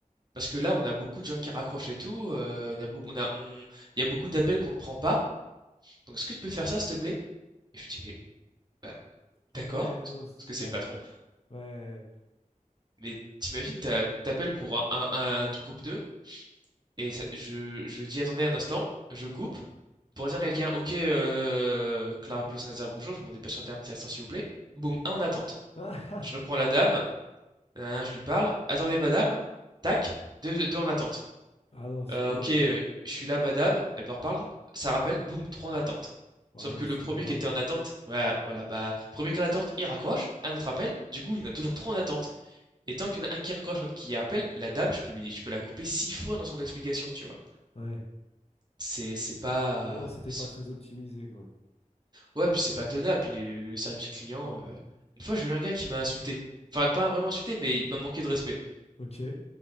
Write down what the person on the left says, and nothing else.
C'est- Ouais, non, c'est-
bah,
ouais.
<laughs>
Ah non, c'est.
Ah
non,
c'est
grave.
Ouais.
Ouais, non, c'était
pas très optimisé, quoi.
Ah,
ok.